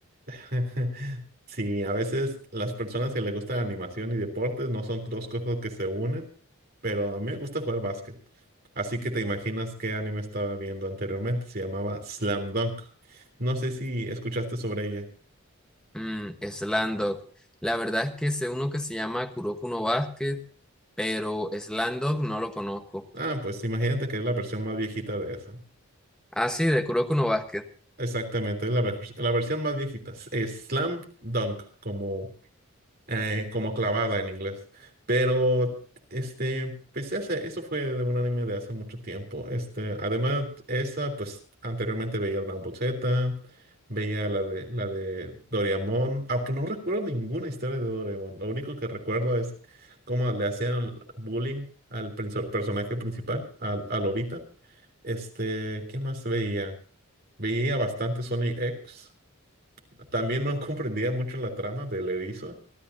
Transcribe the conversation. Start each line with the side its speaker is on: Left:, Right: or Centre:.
Right: <laughs> Sí, a veces las personas que le gustan animación y deportes no son dos cosas que se unen, pero a mí me gusta jugar básquet. Así que te imaginas qué anime estaba viendo anteriormente. Se llamaba Slam Dunk. No sé si escuchaste sobre ella.
Centre: Mm, Slam La verdad es que sé uno que se llama Kuroko no Basket, pero Slam Dunk no lo conozco.
Right: Ah, pues imagínate que es la versión más viejita de esa.
Centre: Ah, sí, de Kuroko no Basket.
Right: Exactamente, es la, vers- la versión más viejita. s- Es slam dunk, como, eh, como clavada en inglés. Pero, este, pues ese, eso fue de un anime de hace mucho tiempo. Este, además, esa, pues anteriormente veía Dragon Ball Z, veía la de, la de Doraemon, aunque no recuerdo ninguna historia de Doraemon. Lo único que recuerdo es cómo le hacían bullying al prinso- personaje principal, al- a Lobita. Este, ¿qué más veía? Veía bastante Sonic X. También no <laughs> comprendía mucho la trama del erizo,